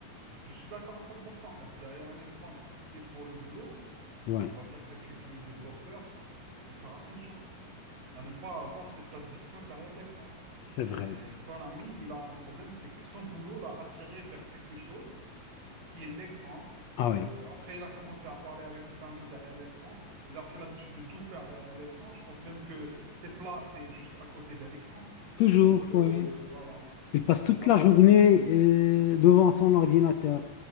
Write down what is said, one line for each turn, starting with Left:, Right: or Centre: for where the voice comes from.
Right: Je suis d'accord à 100%. Être Derrière un écran, si c'est pour le boulot,
Left: Ouais,
Right: on va dire quelqu'un qui est développeur, faut faire attention à ne pas avoir cette addiction derrière l'écran.
Left: c'est vrai.
Right: Euh, ton ami, il a un problème, c'est que son boulot l'a attiré vers quelque chose qui est l'écran.
Left: Ah
Right: Euh,
Left: ouais,
Right: après, il a commencé à parler avec des amis derrière l'écran. Il a pris l'habitude de tout faire derrière l'écran. Je pense même que ses plats, c'est juste à côté d'un écran.
Left: toujours,
Right: Et donc, euh,
Left: ouais.
Right: voilà.
Left: Il passe
Right: Et donc,
Left: toute
Right: voilà.
Left: la journée euh, devant son ordinateur.